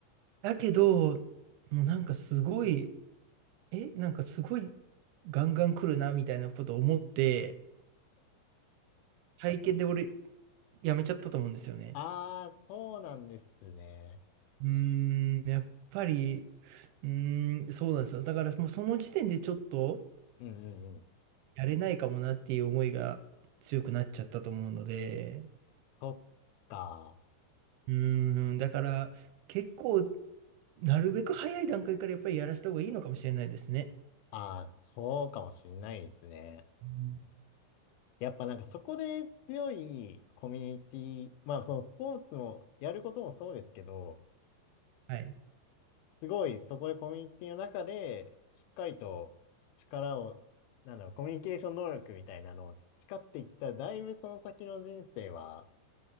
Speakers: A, on the right; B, on the left.
A: だけど、もうなんかすごい、え、なんかすごいガンガン来るなみたいなことを思って、体験で俺やめちゃったと思うんですよね。
B: ああ、そうなんですね。
A: うーん、やっぱり、うーん、そうなんですよ。だからもうその時点でちょっと
B: うんうんうん。
A: やれないかもなっていう思いが強くなっちゃったと思うので、
B: そっか。
A: うーん、だから結構なるべく早い段階からやっぱりやらした方がいいのかもしれないですね。
B: ああ、そうかもしんないですね。
A: うん
B: やっぱなんかそこで強いコミュニティ、まあそのスポーツもやることもそうですけど、
A: はい。
B: すごい、そこでコミュニティの中で、しっかりと力を、なんだろう、コミュニケーション能力みたいなのを培っていったら、だいぶその先の人生は、